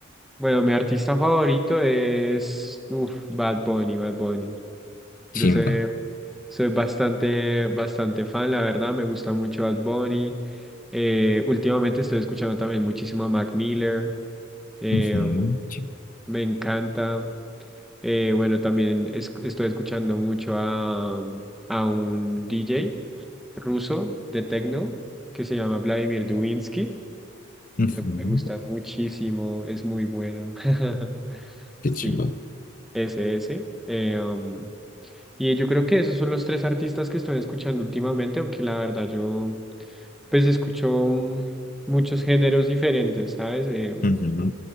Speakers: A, in the centre; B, on the left.
A: Bueno, mi artista favorito es uf, Bad Bunny, Bad Bunny. Yo
B: Chimba.
A: soy, soy bastante, bastante fan, la verdad. Me gusta mucho Bad Bunny. Eh, últimamente estoy escuchando también muchísimo a Mac Miller. eh,
B: Ujú,
A: um,
B: chi-
A: me encanta. Eh, bueno, también es- estoy escuchando mucho a, um, a un DJ ruso de techno que se llama Vladimir Dubinsky.
B: ujú,
A: Me, me gusta muchísimo, es muy bueno. <laughs>
B: Qué chimba.
A: Sí. Ese, ese. Eh, um, y yo creo que esos son los tres artistas que estoy escuchando últimamente, aunque la verdad yo pues escucho mm, muchos géneros diferentes, ¿sabes? Eh,
B: Ujú,